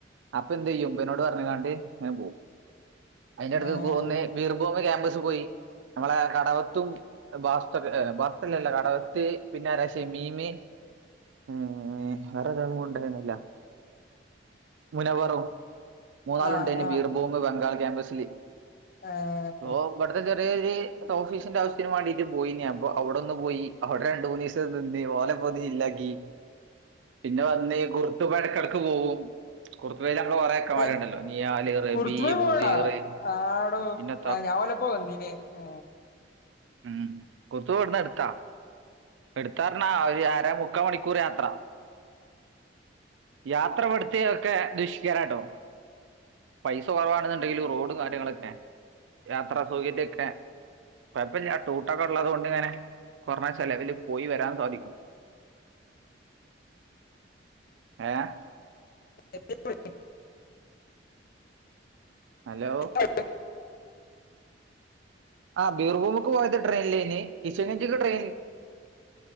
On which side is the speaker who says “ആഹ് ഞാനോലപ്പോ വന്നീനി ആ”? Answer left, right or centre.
Left